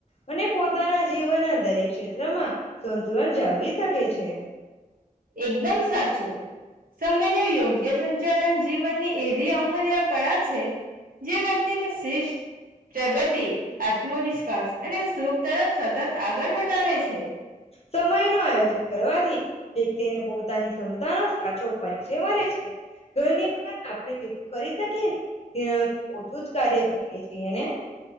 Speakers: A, on the left; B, on the right.
A: અને પોતાના જીવનના દરેક ક્ષેત્રમાં સંતુલન જાળવી શકે છે.
B: એકદમ સાચું, સમયનો યોગ્ય સં સંચાલન જીવનની એવી અમૂલ્ય કળા છે જે વ્યક્તિને શિસ્ત, પ્રગતિ આત્મવિશ્વાસ અને સુખ તરફ સતત આગળ વધારે છે.
A: સમય નું આયોજન કરવાથી વ્યક્તિને પોતાની ક્ષમતાનો સાચો પરિચય મળે છે, ઘણી વખત આપણે જેટલું કરી શકીએ તેનાથી ઓછું જ કાર્ય કરીએ છીએ ને